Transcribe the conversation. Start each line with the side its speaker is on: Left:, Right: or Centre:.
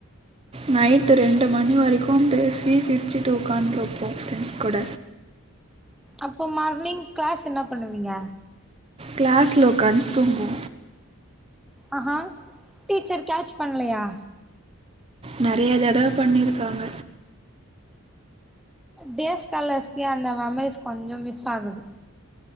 Right: நைட் ரெண்டு மணி வரிக்கும் பேசி சிரிச்சுட்டு உக்கான்ட்ருப்போம் ஃப்ரெண்ட்ஸ் கூட
Centre: அப்போ மார்னிங் க்ளாஸ் என்ன பண்ணுவீங்க
Right: க்ளாஸ்ல உக்காந்து தூங்குவோ
Centre: அஹா டீச்சர் கேச் பண்லயா
Right: நெறைய தடவ பண்ணிருக்காங்க
Centre: டேஸ்காலர்ஸ்க்கு அந்த மெமரிஸ் கொஞ்ஜோ மிஸ் ஆகுது